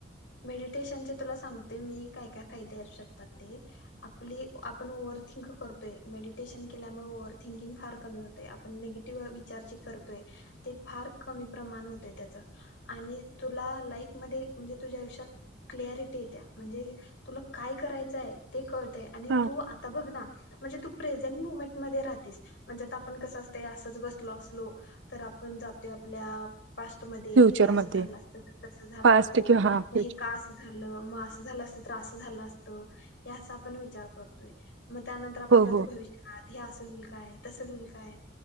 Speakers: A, on the left; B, on the right.
A: मेडिटेशनचे तुला सांगते मी काय काय फायदे असू शकतात ते आपली आपण ओव्हरथिंक करतोय मेडिटेशन केल्यामुळे ओव्हथिंकिंग फार कमी होतय आपण निगेटिव्ह विचार जे करतोय ते फार कमी प्रमाण होतय त्याच आणि तुला लाईफमध्ये म्हणजे तुझ्या आयुष्यात क्लियारिटी येत्या म्हणजे तुला काय करायचंय ते क आणि
B: हा
A: तू आता बघ ना म्हणजे तू प्रेझेंट मुमेंट मध्ये राहतेस म्हणजे आता आपण कसं असत असंच बसलो असलो तर आपण जातोय आपल्या पास्ट मध्ये
B: फ्युचरमध्ये
A: हे असं झालं असतं तस झालं
B: फास्ट
A: नको
B: किंवा
A: मग
B: हा फ्युचर
A: हे कास झालं मा असं झालं असत त्रास झाला असत <unintelligible> याअस‌ आपण विचार करतोय मग त्यानंतर आपण
B: हो
A: जाते
B: हो
A: भविष्यकाळात हे असं होईल काय तसं होईल काय